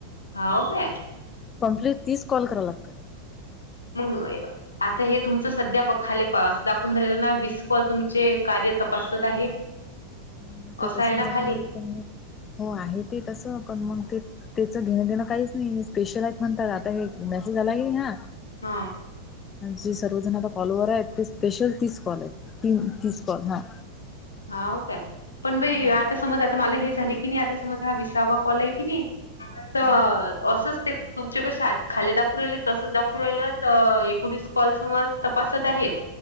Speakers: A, on the left; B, on the left.
A: हा का
B: प्लीज तीच कॉल कराव लागतात
A: मग आता हे तुमच सध्या खाले पास दाखवून राहिल ना विस कॉल तुमचे तपासत आहे
B: ह ते
A: असं
B: तसद्
A: आहे ना
B: दाखवणार
A: खाली
B: पण हो आहे ते तस पण मग ते त्याचं घेणं देणं काहीच नाही स्पेशल म्हणतात आता हे मेसेज आला क हा
A: हा
B: ज सर्वजनता कॉलोवरा स्पेशल तीसकल आहे त तीसकॉल हा
A: हा होतय पण बाई
B: हा
A: आता समज आता मला हे झाले की नाही आता समज हा विसावा कॉल आहे की नाही तर
B: हा
A: असंच ते तुमचे कसे आत खाली दाखवून राले तसच दाखव एकोणीस कॉलसर तपासत आहेत